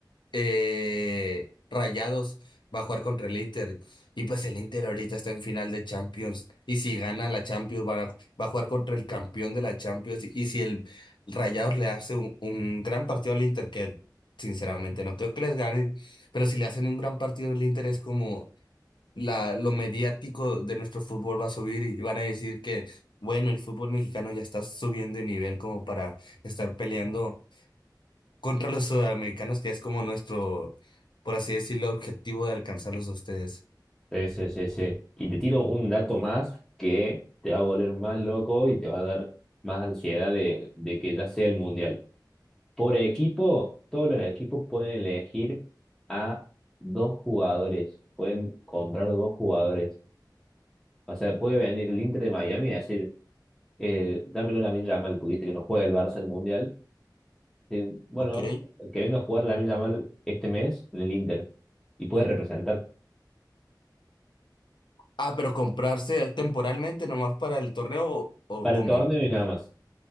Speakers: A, on the left; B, in the centre.
A: eh, Rayados va a jugar contra el Inter. Y pues el Inter ahorita está en final de Champions. Y si gana la Champions, va a, va a jugar contra el campeón de la Champions. Y si el Rayados le hace un, un gran partido al Inter, que sinceramente no creo que les ganen, pero si le hacen un gran partido al Inter es como la, lo mediático de nuestro fútbol va a subir y van a decir que, bueno, el fútbol mexicano ya está subiendo de nivel como para estar peleando contra los sudamericanos, que es como nuestro, por así decirlo, objetivo de alcanzarlos a ustedes.
B: Sí, sí, sí, sí. Y te tiro un dato más que te va a volver más loco y te va a dar más ansiedad de, de que ya sea el mundial. Por equipo, todos los equipos pueden elegir a dos jugadores, pueden comprar dos jugadores. O sea, puede venir el Inter de Miami y decir, eh, dámelo a Lamine Yamal, porque viste que no juega el Barça el mundial. Eh, bueno,
A: Ok.
B: que venga a jugar Lamine Yamal este mes en el Inter y puede representar
A: Ah, pero comprarse temporalmente nomás para el torneo o, o
B: para
A: cómo.
B: el torneo y nada más.